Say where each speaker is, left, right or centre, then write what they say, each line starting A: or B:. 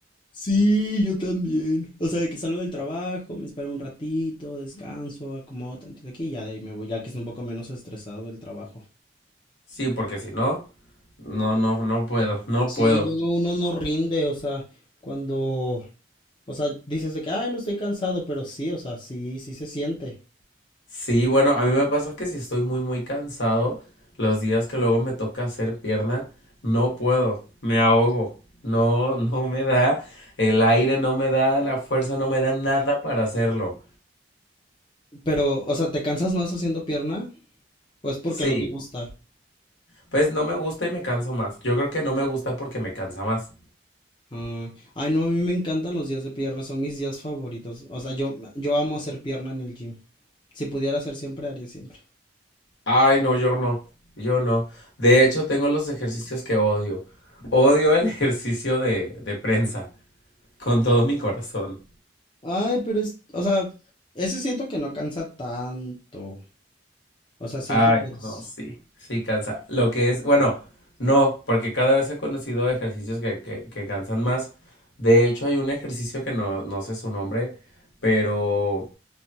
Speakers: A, on the left; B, on the left.
A: Sí, yo también. O sea, de que salgo del trabajo, me espero un ratito, descanso, acomodo tantito aquí y ya de ahí me voy, ya que es un poco menos estresado del trabajo.
B: Sí, porque si no, no, no, no puedo, no
A: Sí,
B: puedo.
A: luego uno no rinde, o sea, cuando, o sea, dices de que, ay, no estoy cansado, pero sí, o sea, sí, sí se siente.
B: Sí, bueno, a mí me pasa que si estoy muy, muy cansado, los días que luego me toca hacer pierna, no puedo, me ahogo. No, no me da el aire, no me da la fuerza, no me da nada para hacerlo.
A: Pero, o sea, ¿te cansas más haciendo pierna? ¿O es porque
B: Sí,
A: no te gusta?
B: pues no me gusta y me canso más. Yo creo que no me gusta porque me cansa más.
A: Ah, ay, no, a mí me encantan los días de pierna, son mis días favoritos. O sea, yo, yo amo hacer pierna en el gym. Si pudiera hacer siempre, haría siempre.
B: Ay, no, yo no, yo no. De hecho, tengo los ejercicios que odio. Odio el <laughs> ejercicio de, de prensa, con todo mi corazón.
A: Ay, pero es, o sea, ese siento que no cansa tanto. O sea, siento
B: Ay,
A: que es,
B: no, sí, sí cansa. Lo que es, bueno, no, porque cada vez he conocido ejercicios que, que, que cansan más. De hecho, hay un ejercicio que no, no sé su nombre, pero